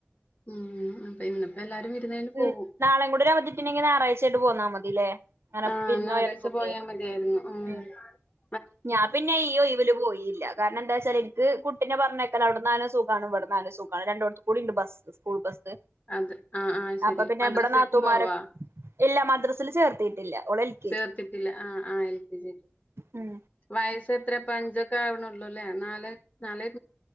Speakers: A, on the left; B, on the right.
A: മം പിന്നെ ഇപ്പോല എല്ലാരും വിരുന്ന് കഴിഞ്ഞ്
B: ഉം
A: പോവും
B: നാളെയും കൂടി ഒരു അവധി കിട്ടീനെങ്കി ഞായറാഴ്ചയായിട്ട് പോന്നാ മതില്ലേ അങ്ങനെ
A: ആ
B: വിരുന്നോയർക്കൊക്കെ
A: ഞായറാഴ്ച പോയൽ <inaudible> മതിയായിരുന്നു
B: ഉം
A: ഹെ
B: ഞാൻ പിന്നെ ഈ ഒഴിവില് പോയില്ല കാരണം എന്താ വച്ചാല് എനിക്ക് കുട്ടിനെ പറഞ്ഞേക്കണം അവിടുന്ന് ആണ് സൂ ഖാണ് ഇവിടുന്ന് ആയാലും സുഖാണ് രണ്ടോടത്തും കൂടി ഉണ്ട് ബസ് സ്കൂൾ ബസ്
A: അത് ആഹ് ആഹ് ശരി
B: അപ്പൊ പിന്നെ
A: മദ്രസേക്കും
B: ഇവിടെ നാത്തൂമാര്
A: പോവാ
B: ഇല്ല മദ്രസില് ചേർത്തിട്ടില്ല ഓള് എൽകെജി
A: ചേർത്തിട്ടില്ല ആഹ് ആഹ് എൽ കെ ജി
B: മം
A: വയസ്സ് എത്ര ഇപ്പൊ അഞ്ചൊക്കെ ആവണള്ളൂല്ലേ നാല് നാല